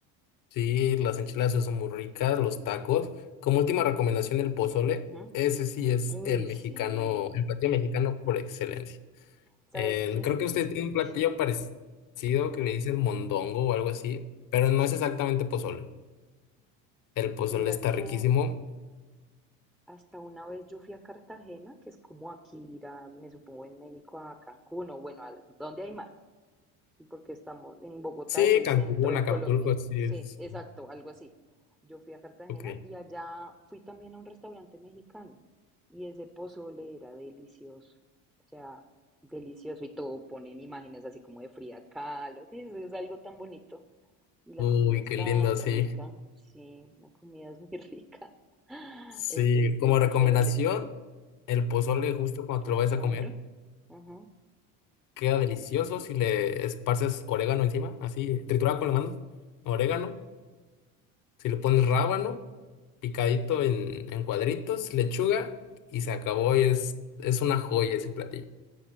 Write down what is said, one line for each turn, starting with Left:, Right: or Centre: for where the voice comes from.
Left: sí, las enchiladas sí son muy ricas, los tacos. Como última recomendación, el pozole.
Centre: Ujú.
Left: Ese sí es
Centre: Uy,
Left: el mexicano,
Centre: sí.
Left: el platillo mexicano por excelencia.
Centre: ¿Sabes
Left: Eh,
Centre: qué?
Left: creo que usted tiene un platillo
Centre: Sí,
Left: parecido que le dicen
Centre: sí,
Left: mondongo o algo así, pero no es exactamente
Centre: sí.
Left: pozole. El pozole
Centre: Mira
Left: está
Centre: que
Left: riquísimo.
Centre: Hasta una vez yo fui a Cartagena, que es como aquí ir a, me supongo, en México a Cancún o bueno, al, donde hay mar, sí, porque estamos en Bogotá,
Left: Sí,
Centre: es el
Left: Cancún,
Centre: centro de
Left: Acapulco,
Centre: Colombia.
Left: sí,
Centre: Sí,
Left: es.
Centre: exacto, algo así. Yo fui a Cartagena
Left: Ok.
Centre: y allá fui también a un restaurante mexicano y ese pozole era delicioso, o sea, delicioso y todo, ponen imágenes así como de Frida Kahlo, sí, eso es algo tan bonito. Y la
Left: Uy,
Centre: comida es
Left: qué
Centre: tan
Left: lindo, sí.
Centre: rica, sí, la comida es muy rica, <laughs>
Left: Sí,
Centre: es, es,
Left: como
Centre: es
Left: recomendación,
Centre: diferente.
Left: el pozole justo cuando
Centre: Pozole,
Left: te lo vayas a comer
Centre: ajá.
Left: queda delicioso si le esparces orégano encima, así, triturado con la mano, orégano. Si le pones rábano, picadito en, en cuadritos, lechuga y se acabó y es, es una joya ese platillo.